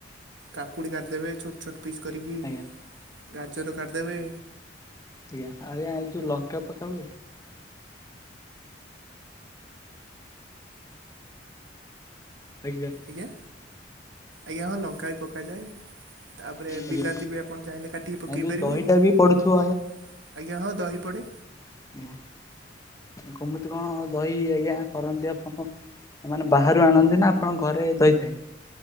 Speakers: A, on the right; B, on the left.
A: କାକୁଡ଼ି କାଟିଦେବେ। ଛୋଟ ଛୋଟ ପିସ୍ କରିକି
B: ଆଜ୍ଞା
A: ଗାଜର କାଟିଦେବେ।
B: ଆଜ୍ଞ ଆଜ୍ଞା ଏ ଯୋଉ ଲଙ୍କା ପକାଉ। ଆଜ୍ଞା।
A: ଆଜ୍ଞା। ଆଜ୍ଞା ହଁ ଲଙ୍କା ବି ପକାଯାଏ। ତାପରେ
B: ଆଜ୍ଞା
A: ବିଲାତି ବି ଆପଣ ଚାହିଁଲେ କାଟିକି ପକେଇ
B: ଏ ଯୋଉ
A: ପାରିବେ।
B: ଦହିଟା
A: ଆଜ୍ଞା
B: ବି ପଡୁଥିବ
A: ହଁ ଦହି ପଡେ।
B: ଆଜ୍ଞା। କେମିତି କଣ ଦହି ଆଜ୍ଞା କରନ୍ତି ଆପଣ? ମାନେ ବାହାରୁ ଆଣନ୍ତି ନା ଆପଣ ଘରେ ଦହି ଥାଏ?